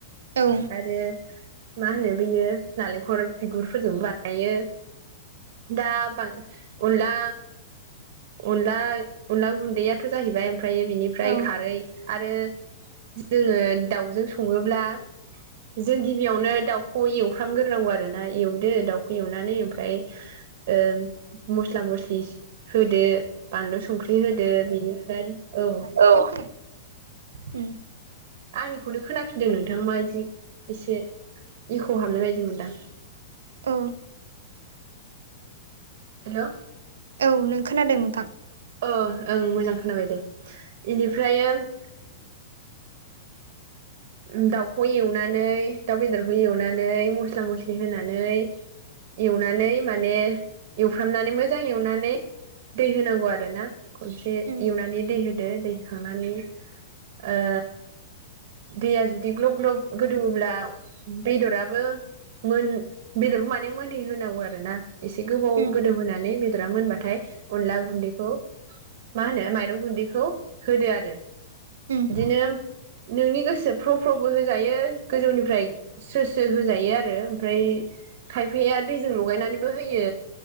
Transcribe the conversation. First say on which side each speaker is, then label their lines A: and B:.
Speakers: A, on the right (about 85°); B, on the right (about 55°).
A: औ
B: आरो मा होनो बैयो नालेंखर बिगुरफोरजोंबो बायो दा बां अनला अनला अनला गुन्दैयाथ' जाहैबाय ओमफ्रायो बिनिफ्राय
A: औ
B: खारै आरो जोङो दाउजों सङोब्ला
A: <inaudible>
B: जों गिबियावनो दाउखौ एवफ्रामग्रोनांगौ आरोना एवदो दाउखौ एवनानै ओमफ्राय ओ मस्ला मस्लि होदो बानलु संख्रि होदो बिनिफ्राय औ
A: औ <unintelligible> ओम
B: आंनिखौनो खोनाफिनदों नोंथां मा जि एसे इक' हाबनाय बायदि मोनदां
A: औ
B: हेल'
A: औ नों खोनादों नोंथां
B: अ ओं मोजां खोनाबाय दे इनिफ्राय ओह उम दाउखौ एवनानै दाउ बेदरखौ एवनानै मस्ला मस्लि होनानै एवनानै माने एवफ्रामनानै मोजां एवनानै दै होनांगौ आरो ना खनसे
A: उम
B: एवनानै दै होदो दै होखांनानै ओ दैया जुदि ग्ल'ब ग्ल'ब गोदौब्ला बेदराबो मोन बेदरखौ माने मोनहै होनांगौ आरोना एसे गोबाव
A: उम
B: गोदौ होनानै बेदरा मोनबाथाय अनला गुन्दैखौ मा होनो माइरं गुन्दैखौ होदो आरो इदिनो
A: उम
B: नोंनि गोसो फ्र' फ्र'बो होजायो गोजौनिफ्राय स्रो स्रो होजायो आरो आमफ्राय खायफाया दैजों लगायनानैबो होयो